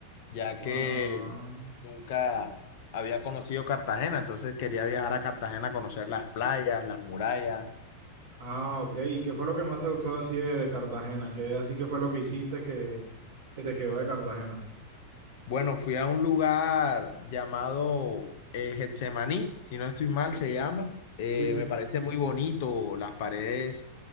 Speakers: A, on the left; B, on the right.
A: ya
B: Ah,
A: que Nunca había conocido Cartagena, entonces quería viajar a Cartagena a conocer las playas, las murallas.
B: ah, ok. ¿Y qué fue lo que más te gustó así de, de Cartagena? ¿Qué así que fue lo que hiciste que, que te quedó de Cartagena?
A: Bueno, fui a un lugar llamado eh, Getsemaní, si no estoy mal,
B: Sí,
A: se llama. Eh,
B: sí, sí,
A: me parece muy bonito, las paredes,